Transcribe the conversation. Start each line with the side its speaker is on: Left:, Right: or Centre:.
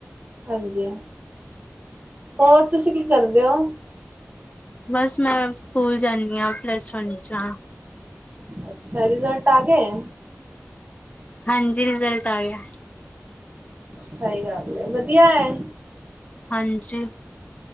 Right: ਹਾਂਜੀ ਹੋਰ ਤੁਸੀਂ ਕੀ ਕਰਦੇ ਹੋ?
Left: ਬਸ ਮੈਂ ਸਕੂਲ ਜਾਂਦੀ ਹਾਂ ਪਲੱਸ ਵਨ ਹੋਣੀ 'ਚ ਹਾਂ।
Right: ਅੱਛਾ ਰਿਜ਼ਲਟ ਆ ਗਏ।
Left: ਹਾਂਜੀ ਰਿਜ਼ਲਟ ਆ ਗਿਆ।
Right: ਸਹੀ ਗੱਲ ਹੈ ਵਧੀਆ ਐ।
Left: ਹਾਂਜੀ